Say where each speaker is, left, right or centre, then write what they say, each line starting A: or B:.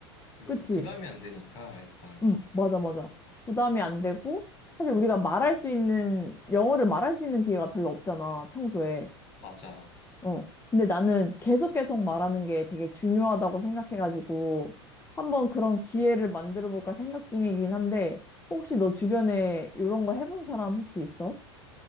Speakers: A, on the left; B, on the left.
A: 그,
B: 그치?
A: 부담이 안 되니까, 일단,
B: 응, 맞아, 맞아. 부담이 안 되고, 사실 우리가 말할 수 있는, 영어를 말할 수 있는 기회가 별로 없잖아, 평소에.
A: 맞아.
B: 어. 근데 나는 계속 계속 말하는 게 되게 중요하다고 생각해가지고 한번 그런 기회를 만들어 볼까 생각 중이긴 한데 혹시 너 주변에 이런 거 해본 사람 혹시 있어?